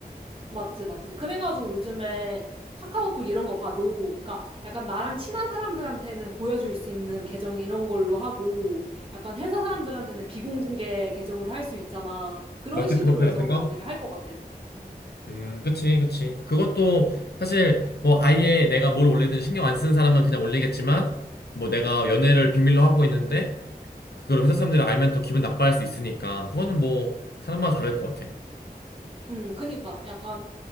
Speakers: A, on the right (about 35°); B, on the left (about 85°).
A: 맞지 맞지. 그래가지고 요즘에 카카오톡 이런 거 봐도 그러니까 약간 나랑 친한 사람들한테는 보여줄 수 있는 계정 이런 걸로 하고 약간 회사 사람들한테는 비공개 계정으로 할 수 있잖아. 그런
B: 멀티
A: 식으로
B: 프로필
A: 해서
B: 같은 거?
A: 만약에 할 것 같아. 음.
B: 음, 그치, 그치. 그것도 사실 뭐 아예 내가 뭘 올리든 신경 안 쓰는 사람은 그냥 올리겠지만 뭐 내가 연애를 비밀로 하고 있는데 그걸 회사 사람들이 알면 또 기분 나빠할 수 있으니까 그거는 뭐 사람마다 다를 것 같아.
A: 음, 그니까 약간